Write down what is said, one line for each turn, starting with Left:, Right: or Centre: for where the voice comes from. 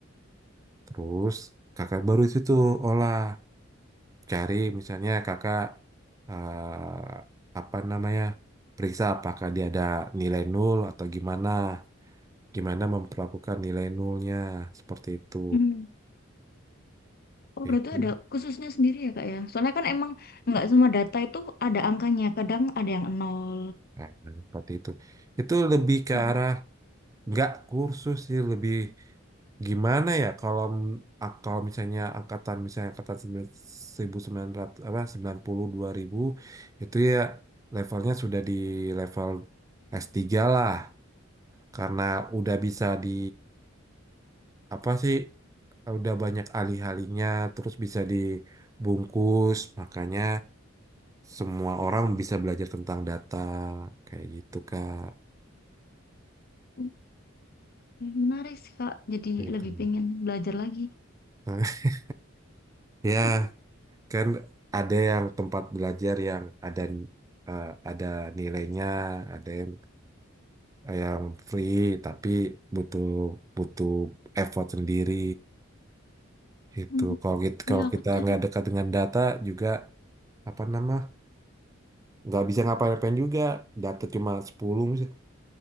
Right: Terus kakak baru itu tuh olah. cari misalnya kakak eh, apa namanya periksa apakah dia ada nilai nol atau gimana gimana memperlakukan nilai nolnya seperti itu
Left: Mhm. Oh,
Right: itu
Left: berarti ada khususnya sendiri ya, Kak ya? Soalnya kan emang nggak semua data itu ada angkanya. Kadang ada yang nol.
Right: nah, seperti itu itu lebih ke
Left: Mhm.
Right: arah nggak kursus sih lebih gimana ya kalau m- kalau misalnya angkatan misalnya angkatan 1900 apa sembilan puluh dua ribu itu ya levelnya sudah di level s tiga lah karena udah bisa di apa sih udah banyak alih-alihnya terus bisa dibungkus makanya semua orang bisa belajar tentang data kayak gitu Kak
Left: Oke, menarik sih, Kak. Jadi
Right: gitu
Left: lebih pengen belajar lagi.
Right: <laughs> ya
Left: <laughs>
Right: kan ada yang tempat belajar yang ada eh, ada nilainya ada yang yang free tapi butuh butuh effort sendiri itu
Left: Mhm.
Right: kalau kita kalau
Left: ya aku
Right: kita
Left: tadi
Right: nggak dekat dengan data juga apa nama nggak bisa ngapain-ngapain juga data cuma 10 misalnya